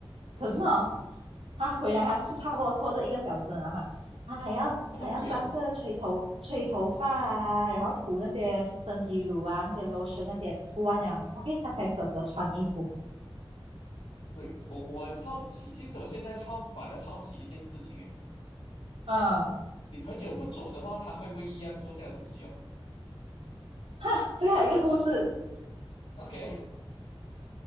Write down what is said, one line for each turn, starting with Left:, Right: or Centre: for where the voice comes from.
Left: 嗯，
Right: 可是哦，他回来他是差不多拖着一个小时了嘛，他还要还要站着吹头吹头发啊，
Left: 什么鬼哦？
Right: 然后涂那些身体乳啊、那些 lotion 那些，涂完了，OK，他才舍得穿衣服。
Left: 喂，我我很好奇，其实我现在好反而好奇一件事情，哎，
Right: 嗯，
Left: 你朋友不走的话，他会不会一样做这样的东西哦
Right: 哈，这个还有一个故事，
Left: ？OK，